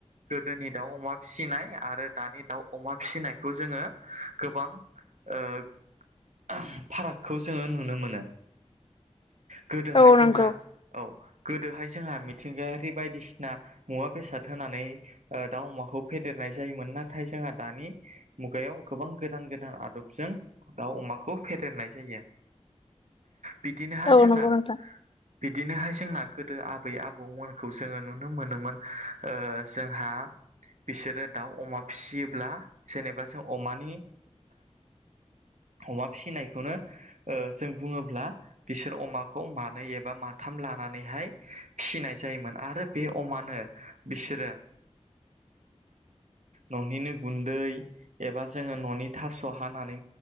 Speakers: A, on the right (about 80°); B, on the left (about 50°).
A: गोदोनि दाउ अमा फिसिनाय आरो दानि दाउ अमा फिसिनायखौ जोङो गोबां ओ <unintelligible> फारागखौ जोङो नुनो मोनो। गोदोहाय
B: औ
A: जोंहा
B: नंगौ
A: औ गोदोहाय जोंहा मिथिंगायारि बायदिसिना मुवा बेसाद होनानै ओदाउ अमाखौ फेदेरना नाय जायोमोन नाथाय जोंहा दानि मुगायाव गोबां गोदान गोदान आदबजों दाउ अमाखौ फेदेरनाय जायो बिदिनोहाय
B: औ
A: जोंना
B: नंगौ नोंथां
A: बिदिनोहाय जोंना गोदो आबै आबौमोनखौ जोङो नुनो मोनोमोन ओ जोंहा बिसोरो दाउ अमा फिसियोब्ला जेनेबा जों अमानि अमा फिसिनायखौनो ओ जों बुङोब्ला बिसोर अमाखौ मानो एबा मा थाम लानानैहाय फिसिनाय जायोमोन आरो बे अमानो बिसोरो न'निनो गुन्दै एबा जोङो न'नि थास' हानानै